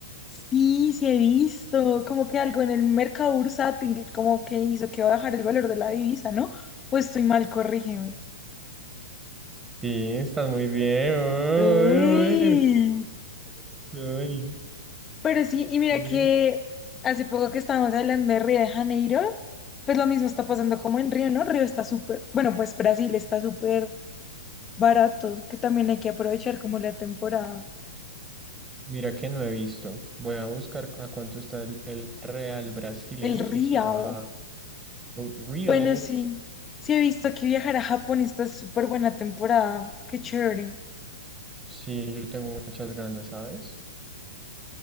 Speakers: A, on the left; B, on the right.
A: sí, sí he visto como que algo en el mercado bursátil, como que hizo que bajar el valor de la divisa, ¿no? Pues estoy mal, corrígeme.
B: Sí, están muy bien. Ay,
A: Uy.
B: ay, ay,
A: Pero sí, y mira
B: sí.
A: que hace poco que estábamos hablando de Río de Janeiro, pues lo mismo está pasando como en Río, ¿no? Río está súper, bueno, pues Brasil está súper baratos, que también hay que aprovechar como la temporada.
B: Mira que no he visto. Voy a buscar a cuánto está el, el real brasileño
A: El Riao.
B: y si ha bajado. Oh, Real.
A: Bueno, sí, sí he visto que viajar a Japón está súper buena temporada. Qué chévere.
B: Sí, yo tengo muchas ganas, ¿sabes?